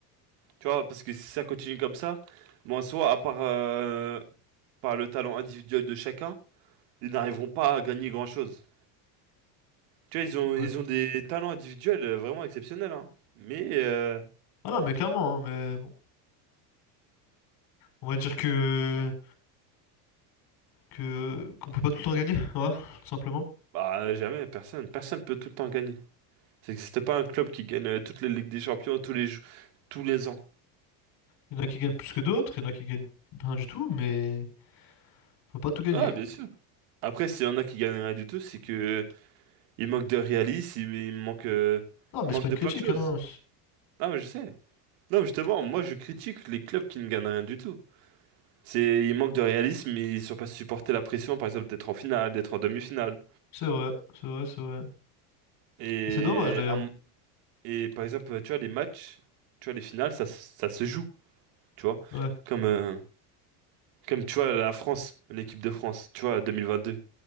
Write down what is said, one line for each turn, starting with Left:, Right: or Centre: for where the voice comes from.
Right: Tu vois, parce que si ça continue comme ça, bon, en soi, à part euh, par le talent individuel de chacun, ils n'arriveront pas à gagner grand-chose. Tu vois, ils ont,
Left: Ouais.
Right: ils ont des talents individuels euh, vraiment exceptionnels, hein. Mais, euh,
Left: Ah non, mais clairement, hein, mais bon. On va dire que,
Right: bon,
Left: que, qu'on peut pas tout le temps gagner, <laughs> voilà, tout simplement.
Right: bah, jamais, personne, personne peut tout le temps gagner. Ça n'existe pas un club qui gagne euh, toutes les Ligues des Champions tous les, jou- tous les ans.
Left: Il y en a qui gagnent plus que d'autres, il y en a qui gagnent rien du tout, mais on peut pas tout gagner.
Right: Ah, bien sûr. Après, s'il y en a qui gagnent rien du tout, c'est que Il manque de réalisme, il, il manque, euh,
Left: Non, mais
Right: il
Left: c'est
Right: manque
Left: pas une
Right: de
Left: critique,
Right: plein de choses.
Left: hein.
Right: Ah, mais je sais. Non, justement, moi je critique les clubs qui ne gagnent rien du tout. C'est, ils manquent de réalisme, ils sont pas supporter la pression, par exemple, d'être en finale, d'être en demi-finale.
Left: C'est vrai, c'est vrai, c'est vrai.
Right: Et,
Left: Et C'est dommage d'ailleurs.
Right: un- et par exemple, tu vois, les matchs, tu vois, les finales, ça, se- ça se joue, tu vois.
Left: Ouais,
Right: Comme, euh, comme tu vois, la France, l'équipe de France, tu vois, 2022.